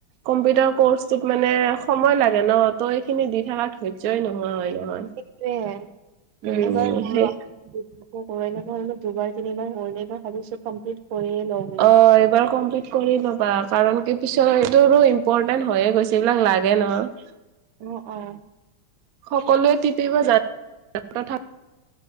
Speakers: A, on the right (about 60°); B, on the right (about 80°).
A: কম্পিউটাৰ কৰ্চত মানে সময় লাগে ন, ত' এইখিনি দি থকা ৰ্ধয্যই নহোৱা হয় নহয়।
B: সেইটয়ে
A: উম,
B: এবাৰ কৰি
A: সেই
B: লওঁক। ো না হল ম <unintelligible> দুবাৰ তিনিবাৰ হ'ল এইবাৰ ভাবিছো কমপ্লিট কৰিয়ে লম
A: অ' এইবাৰ কমপ্লিট কৰি ল'বা, কাৰণ কি পিছত এইটোটো ইম্পৰ্টেন্ট হৈয়ে গৈছে, এইবিলাক লাগে নহয়।
B: অ', অ'।
A: সকলোৱে টিপিব জান